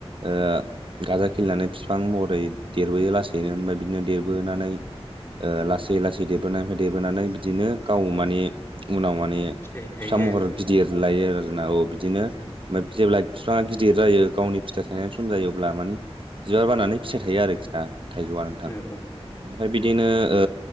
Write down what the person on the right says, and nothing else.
ओ गाजा खिलिनानै बिफां महरै देरबोयो लासैनो। ओमफाय बिदिनो देरबोनानै ओ लासै लासै देरबोनायनिफ्राय देरबोनानै बिदिनो गाव माने उनाव माने
फिसा
महर
गिदिर लायो आरोना। औ बिदिनो
ओमफ्राय जेब्ला बिफाङा गिदिर जायो गावनि फिथाइ थायनायनि सम जायो अब्ला मानि बिबार बारनानै फिथाइ थायो आरोखि ना थाइजौआ नोंथां।
ओमफाय बिदिनो ओ